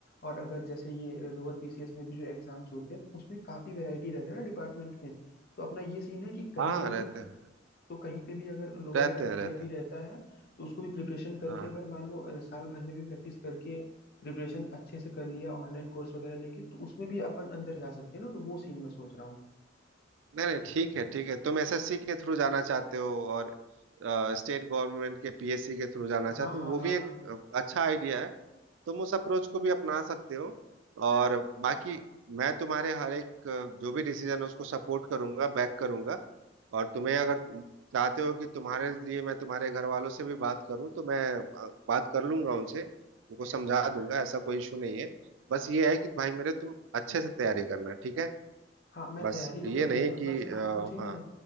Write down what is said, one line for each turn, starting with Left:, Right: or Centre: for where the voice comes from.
Left: और अगर जैसे ये लोअर पीसीएस में भी जो एग्जाम्स होते हैं तो उसमें काफी वैरायटी रहता है ना डिपार्टमेंट में तो अपना ये सीन है कि कहीं
Right: हाँ
Left: पे
Right: हाँ
Left: भी
Right: रहते हैं
Left: तो कहीं पे भी अगर लोअर
Right: रहते
Left: एग्जाम
Right: हैं रहते
Left: में भी
Right: हैं
Left: रहता है तो उसको भी प्रिपरेशन करके
Right: हाँ
Left: अगर
Right: हाँ
Left: मान लो अ, साल भर में भी प्रैक्टिस करके प्रिपरेशन अच्छे से कर लिया ऑनलाइन कोर्स वगैरह लेके तो उसमें भी अपन अंदर जा सकते हैं ना तो वो सीन मैं सोच रहा हूँ
Right: नहीं नहीं ठीक है ठीक है तुम एसएससी के थ्रू जाना चाहते हो और स्टेट गवर्नमेंट के पीएससी के थ्रू जाना चाहते
Left: हाँ हाँ
Right: हो वो
Left: हाँ
Right: भी एक
Left: हाँ
Right: अ, अच्छा आइडिया है तुम उस अप्रोच को भी अपना सकते हो और बाकी मैं तुम्हारे हर एक अ, जो भी डिसीजन है उसको सपोर्ट करूंगा बैक करूंगा और तुम्हें अगर चाहते हो कि तुम्हारे लिए मैं तुम्हारे घर वालों से भी बात करूं तो मैं अ, बात कर लूंगा उनसे उनको समझा दूंगा ऐसा कोई इशू नहीं है बस ये है कि भाई मेरे तुम अच्छे से तैयारी करना ठीक है
Left: हाँ मैं
Right: बस
Left: तैयारी तो
Right: ये
Left: करूंगा
Right: नहीं कि
Left: बस
Right: अ,
Left: आप मुझे ना
Right: हाँ